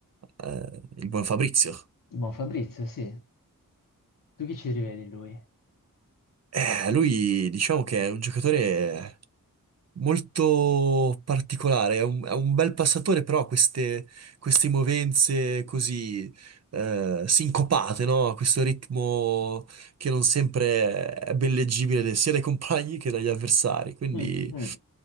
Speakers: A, on the right; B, on the left.
A: eh, il buon Fabrizio.
B: Buon Fabrizio, sì. Tu chi ci rivedi in lui?
A: Eh, lui diciamo che è un giocatore. molto particolare, è un, è un bel passatore, però ha queste, queste movenze così eh, sincopate, no? A Questo ritmo che non sempre è ben leggibile sia dai compagni che dagli avversari, quindi
B: Mm, mm.